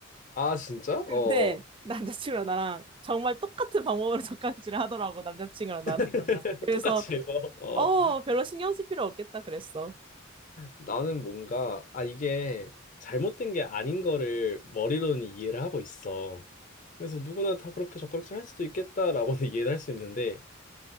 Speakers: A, on the left; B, on the right.
A: 아, 진짜?
B: 근데
A: 어.
B: 남자친구랑 나랑 정말 똑같은 방법으로 <laughs> 젓가락질을 하더라고 남자친구랑 나랑.
A: <laughs>
B: 그래서
A: 똑같이 해서. 어.
B: 어, 별로 신경 쓸 필요 없겠다 그랬어.
A: 나는 뭔가, 아, 이게 잘못된 게 아닌 거를 머리로는 이해를 하고 있어. 그래서 누구나 다 그렇게 젓가락질 할 수도 있겠다라고는 <laughs> 이해를 할 수 있는데,